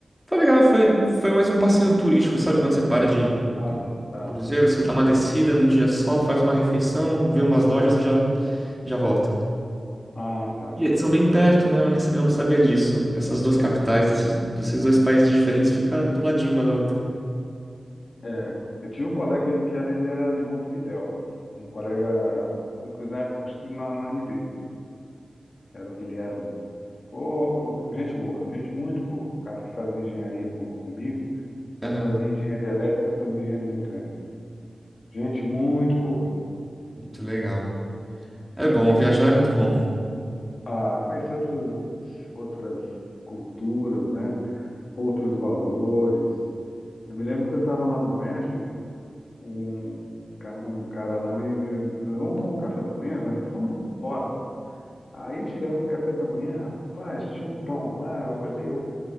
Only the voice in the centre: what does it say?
Foi legal, foi, foi mais um passeio turístico, sabe? Quando você para de
cru-
cruzeiro, você dá uma descida um dia só, faz uma refeição, vê umas lojas e já, já volta.
E eh, são bem perto, né? Eu, nem- eu não sabia disso. Essas duas capitais desses, desses dois países diferentes ficam do ladinho uma da outra.
Aham,
muito legal. É bom, viajar é muito bom.